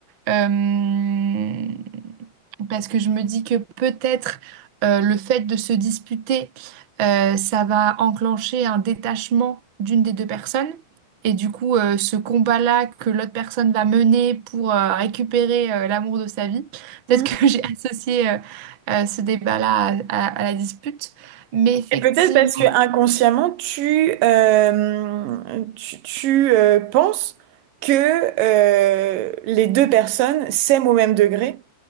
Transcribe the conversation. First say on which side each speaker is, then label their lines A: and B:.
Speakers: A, on the right; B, on the right.
A: euh, parce que je me dis que peut-être euh, le fait de se disputer, euh, ça va enclencher un détachement d'une des deux personnes. Et du coup, euh, ce combat-là que l'autre personne va mener pour euh, récupérer euh, l'amour de sa vie, peut-être
B: hmm.
A: que <laughs> j'ai associé euh, euh, ce débat-là à, à- à la dispute. Mais effectivement,
B: Et peut-être parce que inconsciemment, tu, euh, tu, tu, euh, penses que euh, les deux personnes s'aiment au même degré